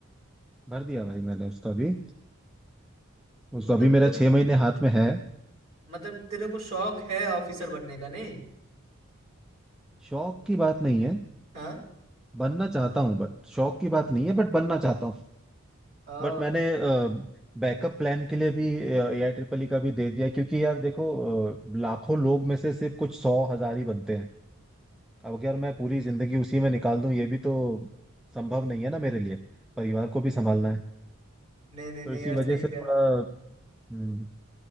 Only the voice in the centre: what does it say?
भर दिया भाई मैंने उसका भी
उस अभी मेरा
छह महीने हाथ में है
शौक की बात नहीं है
बनना चाहता हूँ बट शौक की बात नहीं है बट बनना चाहता हूँ
बट मैंने बैकअप प्लान के लिए भी ए आई ट्रिपल ई का भी दे दिया क्योंकि यार देखो अ, लाखों लोग में से सिर्फ कुछ सौ हजार ही बनते हैं अब अगर मैं पूरी जिंदगी उसी में निकाल दूं ये भी तो संभव नहीं है ना मेरे लिए परिवार को भी संभालना है
तो इसी
वजह
से थोड़ा
हम्म,